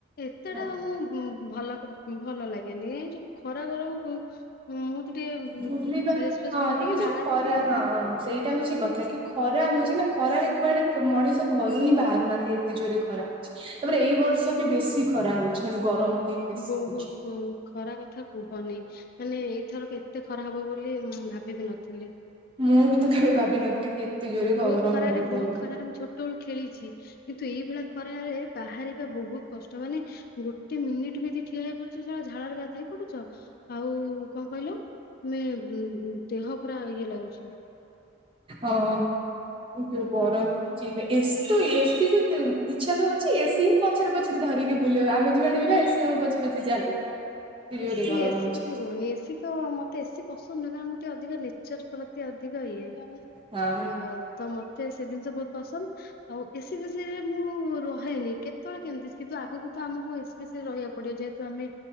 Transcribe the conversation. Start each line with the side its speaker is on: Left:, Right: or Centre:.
Left: ଏତେଟା
Right: ଯିବୁ।
Left: ମୁଁ ଭଲ କପ୍ ଭଲ ଲାଗେନି ଏଇ ଯୋଉ ଖରା ଗରମକୁ ମୁଁ ଟିକେ
Right: ବୁଲିବା
Left: ଡ୍ରେସ ଫ୍ରେସ
Right: ହଁ
Left: ପିନ୍ଧିକି
Right: ଏବେବି ଯୋଉ
Left: ବାହାରେ
Right: ଖରା
Left: ଇଏ
Right: ହଁଁ ହଁ ସେଇଟା ହଉଛି କଥା କି ଖରା ହଉଛି ନା ଖରାରେ କୁଆଡେ କ ମଣିଷ ଘରୁ ହିଁ ବାହାରୁନାହାନ୍ତି ଏତେ ଜୋରରେ ଖରା ହୋଉଛି। ତାପରେ ଏଇ ବର୍ଷ ବି ବେଶୀ ଖରା ହଉଛି ମାନେ ଗରମ ବି ବେଶୀ
Left: ବହୁତ।
Right: ହଉଛି
Left: ବହୁତ ଖରା କଥା କୁହନି ମାନେ ଏଇଥରକ ଏତେ ଖରା ହବ ବୋଲି ମ ଭାବିବି ନଥିଲି।
Right: ମୁଁ ବି ତ କେବେ ଭାବିନଥିଲି କି ଏତେ ଜୋରେ
Left: ବହୁତ
Right: ଗରମ
Left: ଖରାରେ
Right: ହବ ବୋଲି
Left: ବହୁତ ଖରାରେ ମୁଁ ଛୋଟବେଳୁ ଖେଳିଛି। କିନ୍ତୁ ଏଇଭଳିଆ ଖରାରେ ବାହାରିବା ବହୁତ କଷ୍ଟ ମାନେ ଗୋଟେ ମିନିଟ ବି ଯଦି ଠିଆ ହେଇ ପଡୁଚ ସ ଝାଳରେ ଗାଧେଇ ପଡୁଛ ଆଉ କଣ କହିଲୁ ମେ ମ ମ ଦେହ ପୁରା ଇଏ ଲାଗୁଛି
Right: ଓ ଓ ଯୋଉ ଗରମ ହଉଛି ଏବେ ଏସି ତ ଏସି କୁ ତ ଇଚ୍ଛା ତ ହଉଛି ଏସି ହିଁ ପଛରେ ପଛରେ ଧରିକି ବୁଲିବା ଆମେ ଯୁଆଡେ ଯିବା ଏସି ଆମ ପଛେ ପଛେ ଚାଲୁ। ଏତେ ଜୋରେ
Left: ଏସି
Right: ଗରମ
Left: ଏସି
Right: ହଉଛି
Left: କଥା କୁହନି ଏସି ତ୍ ତ ମତେ ଏସିି ପସନ୍ଦ ନୁହଁ କାରଣ ମୁଁ ଟିକେ ଅଧିକ ନେଚର ପ୍ରତି ଅଧିକ ଇଏ ହୁଁ
Right: ହଁ
Left: ତ ମତେ ସେ ଜିନିଷ ବହୁତ ପସନ୍ଦ ଆଉ ଏସି ଫେସିରେ ମୁଁ ରହେନି କେତ୍ କେତେବେଳେ କେମିତି କିନ୍ତୁ ଆଗକୁ ତ ଆମକୁ ଏସି ଫେଶୀରେ ରହିବା ପଡିବ ଯେହେତୁ ଆମେ